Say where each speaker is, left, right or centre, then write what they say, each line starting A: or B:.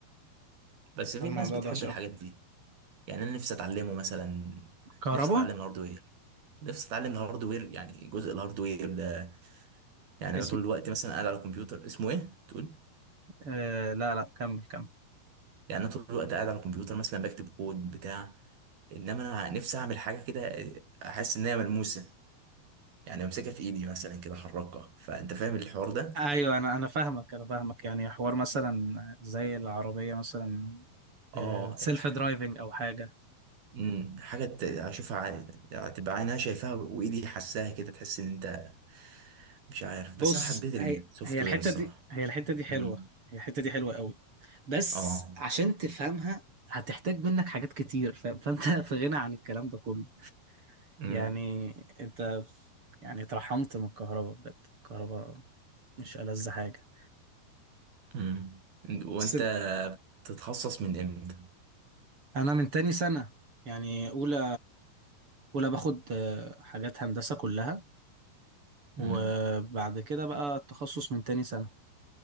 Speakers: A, on the right; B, on the right.
A: بس في
B: فالموضوع
A: ناس بتحب
B: ده وحش
A: الحاجات
B: قوي
A: دي يعني انا نفسي اتعلمه مثلا
B: كهرباء
A: نفسي اتعلم الهاردوير نفسي اتعلم الهاردوير يعني جزء الهاردوير ده يعني
B: اسم
A: انا طول الوقت مثلا قاعد على الكمبيوتر اسمه ايه تقول
B: آه لا لا كمل كمل
A: يعني انا طول الوقت قاعد على الكمبيوتر مثلا بكتب كود بتاع انما انا نفسي اعمل حاجه كده احس ان هي ملموسه يعني امسكها في ايدي مثلا كده احركها فانت فاهم الحوار ده
B: ايوه انا انا فاهمك انا فاهمك يعني حوار مثلا زي العربيه مثلا
A: اه
B: سيلف
A: الح-
B: درايفنج او حاجه
A: مم، حاجه ت- اشوفها ع- تبقى عينها شايفاها وايدي حاساها كده تحس ان انت مش عارف بس
B: بص
A: انا حبيت
B: هي
A: السوفت
B: هي الحته
A: وير الصراحه
B: دي هي الحته دي حلوه
A: امم
B: هي الحته دي حلوه قوي بس
A: اه
B: عشان تفهمها هتحتاج منك حاجات كتير ف... فانت <laughs> في غنى عن الكلام ده كله
A: امم
B: يعني انت يعني اترحمت من الكهرباء بجد الكهرباء مش ألذ حاجه
A: امم وانت
B: بس
A: تتخصص من امتى
B: انا من تاني سنه يعني اولى اولى باخد آه، حاجات هندسه كلها وبعد
A: امم
B: كده بقى التخصص من تاني سنه